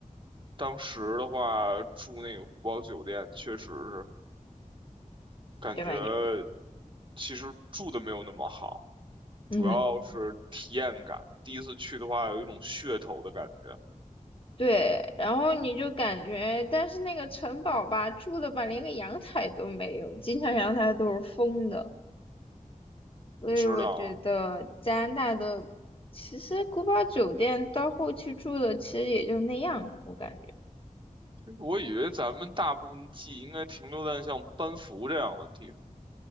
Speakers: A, on the right; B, on the left.
A: 当时的话，住那个古堡酒店，确实是感觉
B: 对吧你？
A: 其实住的没有那么好，
B: 嗯，
A: 主要是体验感。第一次去的话，有一种噱头的感觉，
B: 对，然后你就感觉，但是那个城堡吧，住的吧，连个阳台都没有，经常阳台都是封的。所以我觉得加拿大的其实古堡酒店到后期住的其实也就那样了，
A: 不知道。
B: 我感觉。
A: 我以为咱们大部分记忆应该停留在像班服这样的地方